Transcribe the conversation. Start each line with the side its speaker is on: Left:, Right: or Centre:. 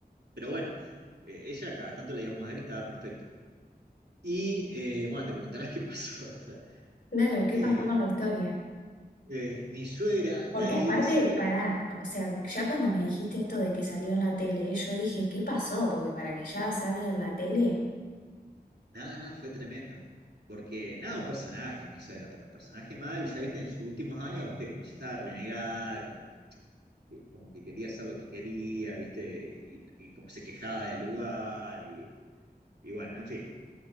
Right: Pero bueno, eh, ella cada tanto la íbamos a ver y estaba perfecto. Y eh, bueno, te preguntarás qué pasó. <laughs> o sea,
Left: Claro, ¿qué
Right: eh,
Left: pasó con la historia?
Right: eh, mi suegra
Left: Porque
Right: ahí
Left: aparte,
Right: siempre.
Left: pará, o sea, ya cuando me dijiste
Right: sí,
Left: esto de que salió en la tele, yo dije, ¿qué pasó? Porque para que ya salga en la tele.
Right: Nada, nada, fue tremendo. Porque, nada, un personaje, mi suegra, pero un personaje mal. Y ya viste, en sus últimos años, viste, como ya estaba renegada, como, que- como que quería hacer lo que quería, viste, y, y como se quejaba del lugar. Y, y bueno, en fin.